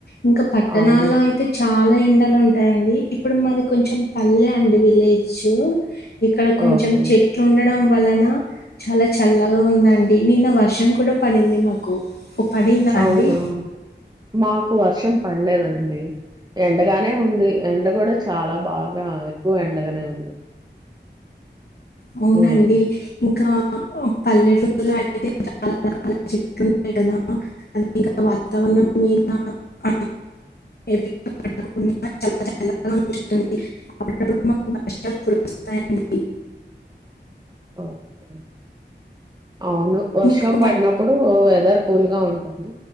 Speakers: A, on the left; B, on the right.
A: ఇంకా పట్టణాల్లో
B: అవును
A: అయితే చాల చాలా ఎండలు ఉంటాయండి ఇప్పుడు మాది కొంచెం పల్లె అండి విలేజు ఇక్కడ కొంచెం
B: ఓకే
A: చెట్లు ఉండడం వలన చాలా చల్ల గా ఉందండి నిన్న వర్షం కూడా పడింది మాకు ఓ, పడిందా అండి
B: అవునా మాకు వర్షం పలేదండి ఎండగానే ఉంది ఎండ కూడా చాలా బాగా ఎక్కువ ఎండగానే ఉంది
A: అవునండి
B: ఉమ్,
A: ఇంకా పల్లెటూలో అయితే చాలా రకాల చెట్లుంటయ్ గదా అన్నీ ఇ వాతావరణం మీద పకు <unintelligible> చాలాను అప్పుడప్పుడు మాకు వర్షాలు కురిపిస్తాయండి
B: ఓకే అవును వర్షం
A: మీకు
B: పడినప్పుడు
A: పట్
B: వెదర్ కూల్ గా ఉంటుంది